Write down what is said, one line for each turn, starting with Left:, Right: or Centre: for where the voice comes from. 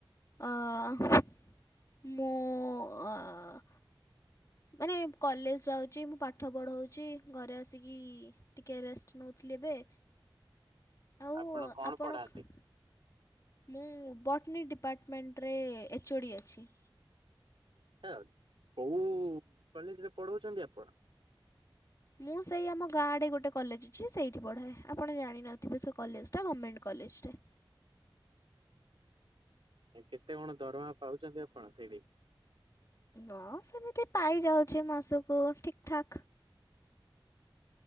Left: ଅ ମୁଁ ଅ ଆ ମାନେ କଲେଜ ଯାଉଛି ମୁଁ ପାଠ ପଢ଼ଉଛି ଘରେ ଆସିକି ଟିକେ ରେଷ୍ଟ ନଉଥିଲି ଏବେ
Right: <inaudible>
Left: ଆଉ
Right: କଣ
Left: ଆପଣ
Right: ପଢାନ୍ତି?
Left: ଖ୍ ମୁଁ ବଟନୀ ଡିପାର୍ଟମେଣ୍ଟରେ ଏଚ୍ ଓ ଡ଼ି ଅଛି।
Right: <inaudible> କୋଉ କଲେଜରେ ପଢଉଚନ୍ତି ଆପଣ।
Left: ମୁଁ ସେଇ ଆମ ଗାଁଆଡ଼େ ଗୋଟେ କଲେଜ ଅଛି ସେଇଠି ପଢ଼ାଏ ଆପଣ ଜାଣିନଥିବେ ସେ କଲେଜଟା ଗମେଣ୍ଟ କଲେଜଟେ।
Right: ଏ କେତେ କଣ ଦରମା ପାଉଚନ୍ତି ଆପଣ ସେଇଟି?
Left: ହ ସେମିତି ପାଇ ଯାଉଛି ମାସକୁ ଠିକ ଠାକ୍।